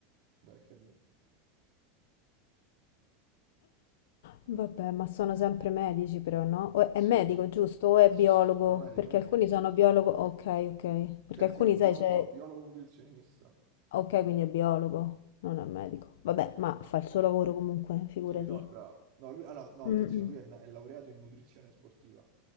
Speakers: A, on the right; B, on the left.
A: Vai a capì. Vabbè.
B: Vabbè, ma sono sempre medici però, no? O è
A: Sì.
B: medico, giusto? O è
A: Sì,
B: biologo?
A: sì. No, no, medico,
B: Perché
A: medico.
B: alcuni sono biologo... Ok, ok. Perché
A: Cioè
B: alcuni,
A: sì, bio
B: sai, c'è...
A: no, biologo nutrizionista,
B: Ok,
A: credo.
B: quindi è biologo, non è medico. Vabbè, ma fa il suo lavoro comunque, figurati.
A: Sì, no, è bravo. No, lui allora, no, attenzione,
B: Mm, mm.
A: lui è, na- è laureato in nutrizione sportiva.